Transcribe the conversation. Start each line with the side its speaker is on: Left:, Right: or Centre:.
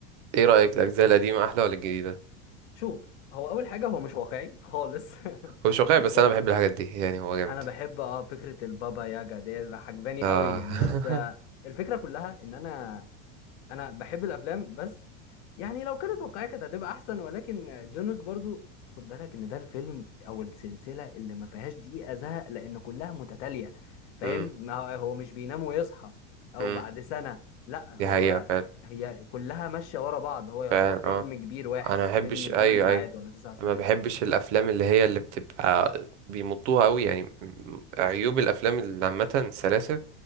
Right: ايه رأيك الأجزاء القديمة أحلى ولا الجديدة؟
Left: شوف هو اول حاجه هو مش واقعي خالص <laughs>
Right: هو مش واقعي بس
Left: هو
Right: انا بحب الحاجات دي يعني هو جامد
Left: انا بحب اه فكره البابا ياجا دي عجباني
Right: اه
Left: قوي يعني
Right: <laughs>
Left: بس آه الفكره كلها ان انا انا بحب الافلام بس يعني لو كانت واقعيه كانت هتبقى احسن ولكن جون ويك برضو خد بالك ان ده الفيلم او السلسله اللي ما فيهاش دقيقه زهق لان كلها متتاليه فاهم
Right: مم،
Left: ما هو هو مش بينام ويصحى او
Right: مم.
Left: بعد سنه لا
Right: دي
Left: هو
Right: حقيقة فعلا
Left: هي كلها ماشيه ورا بعض هو يعتبر
Right: فعلا
Left: فيلم
Right: اه
Left: كبير واحد
Right: انا ما بحبش
Left: فيلم 8
Right: ايوه
Left: ساعات
Right: ايوه
Left: ولا 9 ساعات
Right: ما بحبش الافلام اللي هي اللي بتبقى بيمطوها قوي يعني م- عيوب الافلام اللي عامة السلاسل